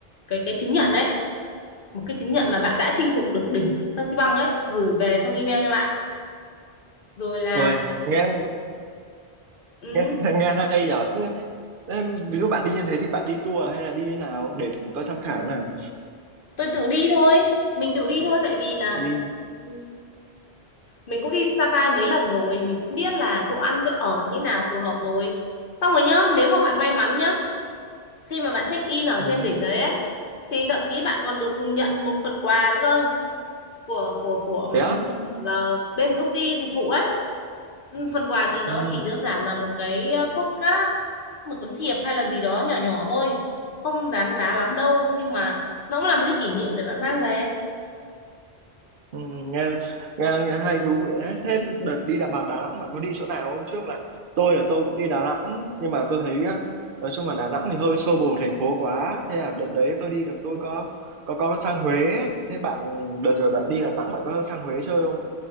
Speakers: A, on the left; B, on the right.
A: cái cái chứng nhận đấy một cái chứng nhận là bạn đã chinh phục được đỉnh Phan Xi Păng ấy gửi về trong email cho bạn rồi là
B: Uầy, nghe
A: ừ,
B: nghe nghe hay nhở thế Em, ví dụ bạn đi như thế thì bạn đi tour hay là đi thế nào để tôi tham khảo nào
A: tôi tự đi thôi mình tự đi thôi tại vì là
B: đi
A: ừ, mình cũng đi Sapa mấy lần rồi mình cũng biết là chỗ ăn chỗ ở như nào phù hợp rồi xong rồi nhớ nếu mà bạn may mắn nhá khi mà bạn check in ở
B: ừ.
A: trên đỉnh đấy ấy, thì thậm chí bạn còn được nhận một phần quà nữa cơ của của của ừm,
B: thế á
A: là bên công ty dịch vụ ấy Ừm, phần quà thì nó
B: ừ.
A: chỉ đơn giản là một cái ờ, postcard một tấm thiệp hay là gì đó nhỏ nhỏ thôi không đáng giá lắm đâu nhưng mà nó cũng là một cái kỷ niệm để bạn mang về
B: Ừ. Nghe, nghe, nghe hay thú vị đấy. thế đợt đi là bà Đà Nẵng bạn có đi chỗ nào hôm trước là tôi là tôi cũng đi Đà Nẵng nhưng mà tôi thấy á, nói chung là Đà Nẵng thì hơi xô bồ thành phố quá thế là đợt đấy tôi đi là tôi có có có sang Huế ấy. thế bạn đợt rồi bạn đi Đà Nẵng bạn có sang Huế chơi không